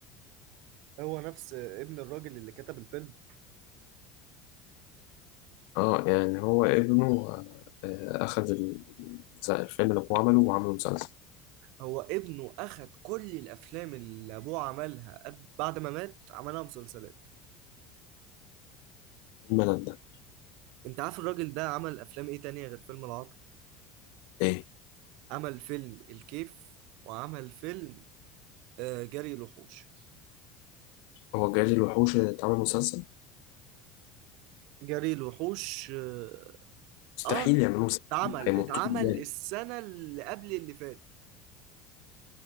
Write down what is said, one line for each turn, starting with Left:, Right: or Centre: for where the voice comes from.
Right: هو نفس ابن الراجل اللي كتب الفيلم
Left: اه يعني هو ابنه آه، أخذ ال- الفيلم اللي هو عمله وعمله مسلسل
Right: هو ابنه اخد كل الافلام اللي ابوه عملها قب- بعد ما مات عملها مسلسلات
Left: الملل ده
Right: انت عارف الراجل ده عمل افلام ايه تانية غير فيلم العطار
Left: إيه
Right: عمل فيلم الكيف وعمل فيلم آه جري الوحوش
Left: هو جاي الوحوش اللي اتعمل مسلسل
Right: جري الوحوش اه
Left: مستحيل
Right: آه،
Left: يعملوه مسلسل
Right: اتعمل
Left: هيمطوه
Right: اتعمل
Left: إزاي
Right: السنة اللي قبل اللي فاتت